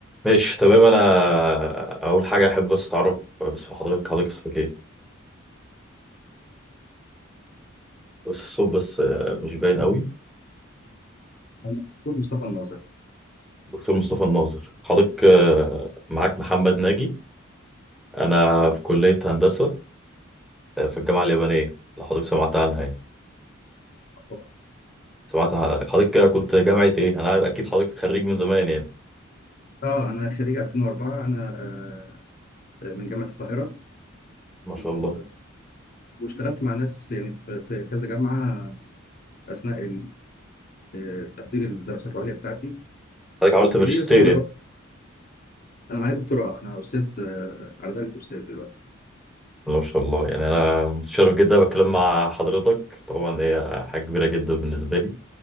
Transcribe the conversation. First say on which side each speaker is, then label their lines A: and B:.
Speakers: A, in the centre; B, on the left.
A: ماشي تمام انا اول حاجه احب بس اتعرف بس في حضرتك حضرتك اسمك ايه بس الصوت بس آه، مش باين قوي
B: انا دكتور مصطفى الناظر
A: دكتور مصطفى الناظر حضرتك آه، معاك محمد ناجي انا في كليه هندسه آه، في الجامعه اليابانيه لو حضرتك سمعت عنها يعني
B: طبعا
A: سمعت عن- حضرتك كنت جامعه ايه انا عارف اكيد حضرتك خريج من زمان يعني
B: اه انا خريج 2004 انا آه، آه، من جامعه القاهره
A: ما شاء
B: و...
A: الله
B: واشتغلت مع ناس يعني في في كذا جامعه اثناء ال- آه، تحضير الدراسات العليا بتاعتي
A: حضرتك عملت
B: وليا
A: ماجستير
B: زملاء
A: يعني
B: برضه انا معايا دكتوراه انا استاذ آه، على درجه استاذ دلوقتي
A: ما شاء الله يعني انا متشرف جدا بتكلم مع حضرتك طبعا هي حاجه كبيره جدا بالنسبه لي